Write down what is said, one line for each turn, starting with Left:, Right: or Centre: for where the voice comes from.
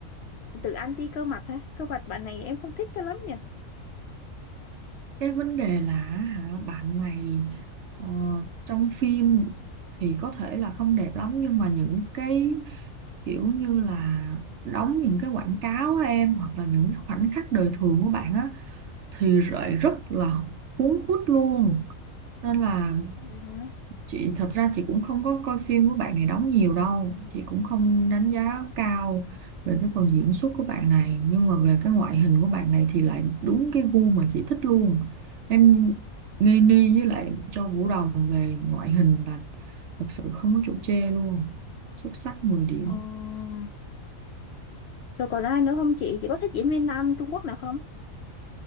Left: tự anti cơ mặt ha cơ mặt bạn này em không thích cho lắm nhỉ
Right: cái vấn đề là hả bạn này ờ, trong phim thì có thể là không đẹp lắm nhưng mà những cái kiểu như là đóng những cái quảng cáo á em hoặc là những cái khoảnh khắc đời thường của bạn á thì lại rất là cuốn hút luôn nên là
Left: Vậy hả
Right: chị thật ra chị cũng không có coi phim của bạn này đóng nhiều đâu chị cũng không đánh giá cao về cái phần diễn xuất của bạn này nhưng mà về cái ngoại hình của bạn này thì lại đúng cái gu mà chị thích luôn em ngây ni với lại Châu Vũ Đồng về ngoại hình là thật sự không có chỗ chê luôn xuất sắc mười điểm
Left: ờ rồi còn ai nữa không chị chị có thích diễn viên nam Trung Quốc nào không